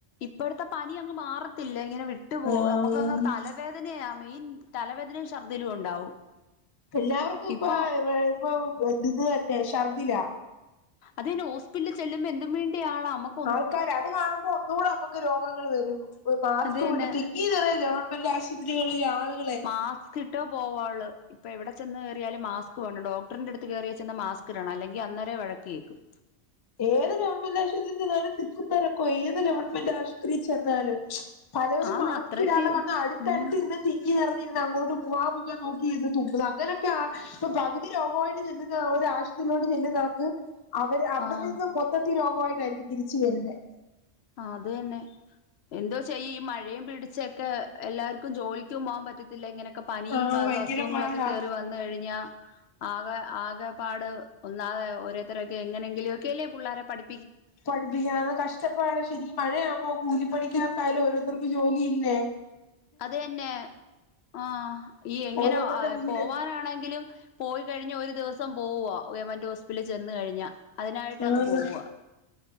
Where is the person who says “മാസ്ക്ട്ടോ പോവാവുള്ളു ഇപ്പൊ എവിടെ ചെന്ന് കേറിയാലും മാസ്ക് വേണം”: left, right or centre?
Left